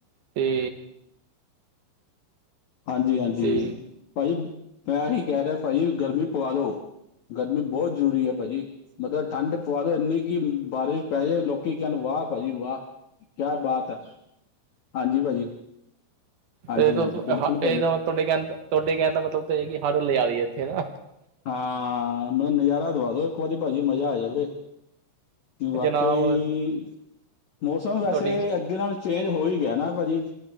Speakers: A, on the right; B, on the left.
A: ਤੇ
B: ਹਾਂਜੀ ਹਾਂਜੀ
A: ਤੇ
B: ਭਾਜੀ ਮੈਂ ਹੀ ਕੈ ਰਿਹਾ ਭਾਜੀ ਗਰਮੀ ਪਵਾ ਦੋ ਗਰਮੀ ਬਹੁਤ ਜ਼ਰੂਰੀ ਹੈ ਭਾਜੀ ਮਤਲ ਠੰਡ ਪਵਾ ਦੋ ਇੰਨੀ ਕਿ ਬਾਰਿਸ਼ ਪੈ ਜੇ ਲੋਕੀ ਕਹਿਣ ਵਾਹ ਭਾਜੀ ਵਾਹ ਕਿਆ ਬਾਤ ਹੈ ਹਾਂਜੀ ਭਾਜੀ ਹਾਂਜੀ
A: ਤੇ ਇਹ ਇਹਦਾ
B: ਹਾਂਜੀ ਬਿਲਕੁਲ ਭਾਜੀ
A: ਮਤਲਬ <unintelligible> ਤੁਹਾਡੇ ਕਹਿਣ ਤੁਹਾਡੇ ਕਹਿਣ ਦਾ ਮਤਲਬ ਇਹੀ ਹੈਗਾ ਕਿ ਹੜ ਲਿਆ ਦਈਏ ਇੱਥੇ ਹਨਾ
B: ਹਾਂ ਮਲਬ ਨਜ਼ਾਰਾ ਦਵਾ ਦੋ ਇੱਕ ਵਾਰੀ ਭਾਜੀ ਮਜ਼ਾ ਆ ਜਾਵੇ ਅ ਵਾਕਈ
A: ਜਨਾਬ
B: ਮੌਸਮ ਵੈਸੇ
A: ਤੁਹਾਡੀ
B: ਅੱਗੇ ਨਾਲੋਂ ਚੇਂਜ ਹੋ ਹੀ ਗਿਆ ਨਾ ਭਾਅ ਜੀ